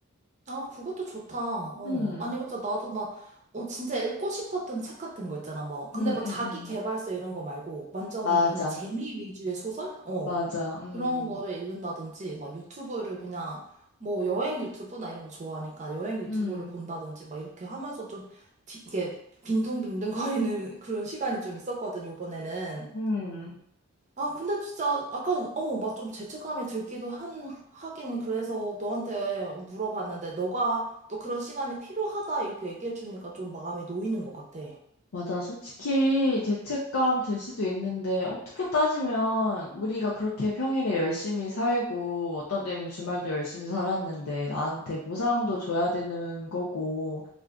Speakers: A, on the right (about 30°); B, on the left (about 75°).
A: 아, 그것도 좋다. 어.
B: 음,
A: 아니, 그래서 나도 막, 어, 진짜 읽고 싶었던 책 같은 거 있잖아. 뭐, 근데
B: 음,
A: 뭐
B: 음,
A: 자기
B: 음.
A: 개발서 이런 거 말고, 완전
B: 맞아,
A: 막 그냥 재미 위주의 소설? 어.
B: 맞아, 음,
A: 그런 거를 읽는다든지, 막 유튜브를 그냥, 뭐 여행 유튜브나 이런 거 좋아하니까 여행 유튜브를
B: 음,
A: 본다든지, 막 이렇게 하면서 좀, 디- 이게 빈둥빈둥 거리는 <laughs> 그런 시간이 좀 있었거든, 요번에는.
B: 음.
A: 아, 근데 진짜 아까 어, 막 좀 죄책감이 들기도 한 하긴 그래서 너한테 물어봤는데 너가 또 그런 시간이 필요하다 이렇게 얘기해 주니까 좀 마음이 놓이는 것 같아.
B: 맞아. 솔직히 죄책감 들 수도 있는데, 어떻게 따지면 우리가 그렇게 평일에 열심히 살고, 어떤 때는 주말도 열심히 살았는데, 나한테 보상도 줘야 되는 거고,